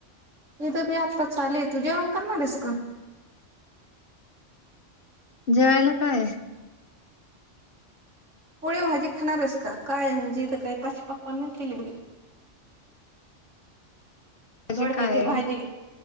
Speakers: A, on the right; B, on the left.
A: इथ बी आत्ताच आले. तू जेवण करणारेस का?
B: जेवायला कायये?
A: पोळी भाजी खाणारेस का? काय म्हणजे इथ काय पाच पकवान नाही केले मी.
B: भाजी
A: दोडक्याची
B: काय
A: भाजी.
B: आहे?